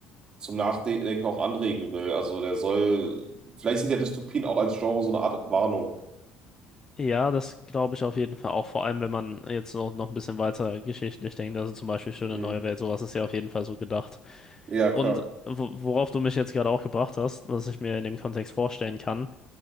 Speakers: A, on the right (about 25°); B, on the left (about 20°).
A: zum Nachdenken auch anregen will. Also der soll, vielleicht sind ja Dystopien auch als Genre so eine Art Warnung.
B: Ja, das glaube ich auf jeden Fall auch. Vor allem, wenn man jetzt noch, noch ein bisschen weiter geschichtlich denkt. Also zum Beispiel Schöne
A: Mhm.
B: Neue Welt, sowas ist ja auf jeden Fall so gedacht.
A: Ja, klar.
B: Und wo- worauf du mich jetzt gerade auch gebracht hast, was ich mir in dem Kontext vorstellen kann,